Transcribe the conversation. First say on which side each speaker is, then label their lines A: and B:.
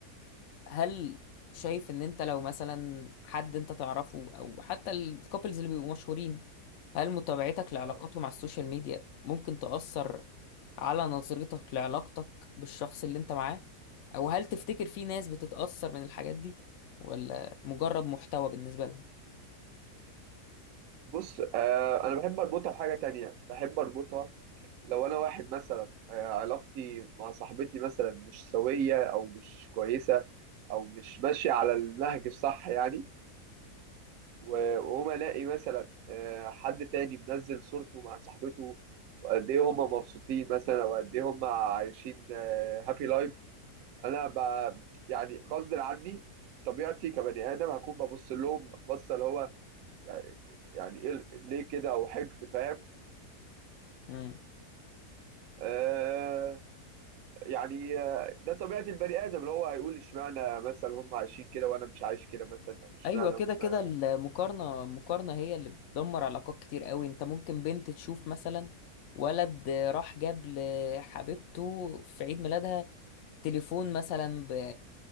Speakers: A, on the left; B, on the right.
A: هل شايف ان انت لو مثلا حد انت تعرفه او حتى الكوبلز اللي بيبقوا مشهورين هل متابعتك لعلاقاتهم
B: آه.
A: على السوشيال ميديا ممكن تأثر على نظرتك لعلاقتك بالشخص اللي انت معاه او هل تفتكر في ناس بتتأثر من الحاجات دي ولا مجرد محتوى بالنسبة لهم
B: بص آه، انا بحب اربطها بحاجة تانية بحب اربطها لو انا واحد مثلا آه، علاقتي مع صاحبتي مثلا مش سوية او مش كويسة او مش ماشية على النهج الصح يعني و- واقوم الاقي مثلا آه، حد تاني منزل صورته مع صاحبته وقد ايه هم مبسوطين مثلا وقد ايه هم عايشين هابي لايف انا ب... يعني غصب عني طبيعتي كبني ادم هكون ببص لهم بصه اللي هو يعني يعني ايه ليه كده او حقد فاهم
A: مم.
B: آه يعني آه، ده طبيعه البني ادم اللي هو هيقول اشمعنى مثلا هم عايشين كده وانا مش عايش كده مثلا او اشمعنى
A: ايوه كده
B: هم
A: كده المقارنة المقارنة هي اللي بتدمر علاقات كتير قوي انت ممكن بنت تشوف مثلا ولد راح جاب لحبيبته في عيد ميلادها تليفون مثلا ب